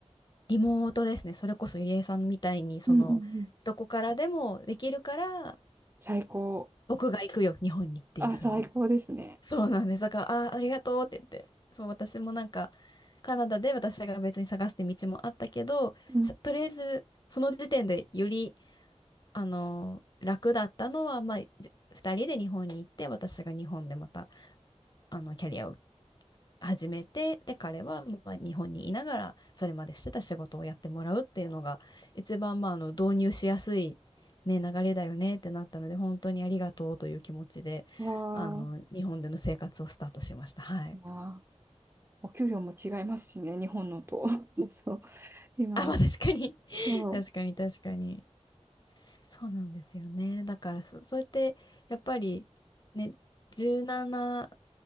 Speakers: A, on the left (about 40°); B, on the right (about 20°).
A: リモートですね。それこそ、ゆりえさんみたいに、その、
B: うんうんうん。
A: どこからでもできるから、
B: 最高。
A: 僕が行くよ、日本にっていうふうに。
B: あ、最高ですね。
A: そうなんです。
B: そう。
A: だから、あー、ありがとうって言って。そう、私もなんか、カナダで私が別に探すって道もあったけど、
B: うん。
A: さとりあえず、その時点でより、あのー楽だったのは、まあ、じ二人で日本に行って、私が日本でまた、あの、キャリアを始めて、で、彼はまあ日本にいながら、それまでしてた仕事をやってもらうっていうのが、一番、まあ、あの、導入しやすい、ね、流れだよねってなったので、本当にありがとうという気持ちで、
B: わ
A: あの、
B: ー、
A: 日本での生活をスタートしました。はい。
B: いいなお給料も違いますしね、日本のと。<laughs> そう、今は、
A: あ、まあ、確かに <laughs>
B: そ
A: 確かに、確かに。そうなんですよね。だからそ、そうやって、やっぱり、ね、1なな